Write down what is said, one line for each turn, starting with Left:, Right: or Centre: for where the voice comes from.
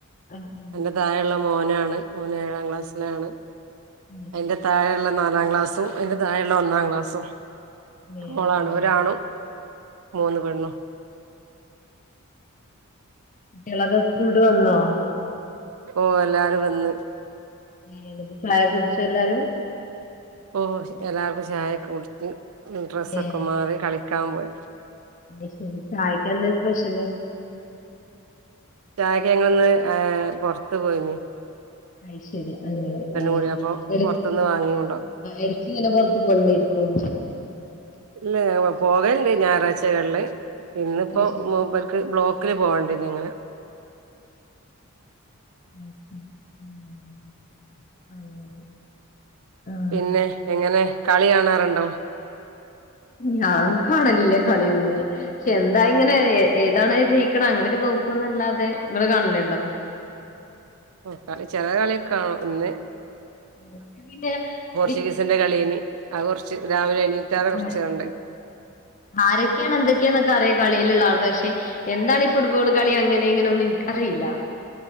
Left: ആഹ്
Right: അയിൻ്റെ
Left: ആഹ്
Right: തായെയുള്ള മോനാണ് മോന് ഏഴാം ക്ലാസ്സിലാണ്
Left: അയ്ശരി
Right: അയിന്റെ താഴെയുള്ള നാലാം ക്ലാസ്സും അയിന്റെ താഴെയുള്ള ഒന്നാം ക്ലാസ്സും
Left: ഏഹ്
Right: മോളാണ്
Left: ഒന്നാം
Right: ഒരാണും മൂന്ന് പെണ്ണും
Left: കുട്ടികളൊക്കെ സ്കൂളട്ട് വന്നോ
Right: ഓ എല്ലാരും വന്ന്
Left: <unintelligible> ചായ കുടിച്ചോ എല്ലാരും
Right: ഓ എല്ലാർക്കും ചായൊക്കെ കുടിച്ചു ഡ്രസ്സൊക്കെ
Left: ഏ
Right: മാറി കളിക്കാൻ പോയി
Left: അത് ശരി ചായയ്ക്ക് എന്താ സ്പെഷ്യല്
Right: ചായക്ക് ഞങ്ങളിന്ന് പൊറത്ത് പോയിന്ന്
Left: അയ് ശരിയാ അല്ലെ ഏ
Right: കൂടി അപ്പൊ
Left: എടക്
Right: പുറത്തുന്ന് വാങ്ങി കൊണ്ടോന്ന്
Left: എടക്കിങ്ങനെ പൊറത്ത് പോയ്ണ്ടിരിക്കും
Right: ഇല്ല പോകല്ണ്ട് ഞായറാഴ്ചകളില് ഇന്നിപ്പോ
Left: അത് ശരി
Right: മൂപ്പർ ക്ക് ബ്ളോക്കില് പോണ്ടിഏർന്നു ഇങ്ങനെ
Left: അസം <inaudible> ഉം അതെ ആഹ്
Right: പിന്നെ എങ്ങനെ കളി കാണാറുണ്ടോ
Left: ഞാൻ കാണലില്ല കളിയൊന്നും പക്ഷെ എന്താ ഇങ്ങനെ ഏതാണ് ജെയ ക്കണ് അങ്ങനൊക്കെ നോക്കുന്നല്ലാതെ ങ്ങള് കാണലുണ്ടോ?
Right: ആ കളി ചില കളിയൊക്കെ ആണോ ഇന്ന്
Left: എനിക്ക് പിന്നെ
Right: ചികിത്സിന്റെ കളിന് അത് കുറച്ച് രാവിലെ എണീറ്റാറെ കുറച്ച്ണ്ട്
Left: ഉം ആരൊക്കെയാണ് എന്തൊക്കെയാന്നൊക്കെ അറിയാം കളിയിലുള്ള ആൾക്ക് പക്ഷെ എന്താണ് ഈ ഫുട്ബോൾ കളി അങ്ങനെ ഇങ്ങനെ ഒന്നും ൻക്കറില്ല.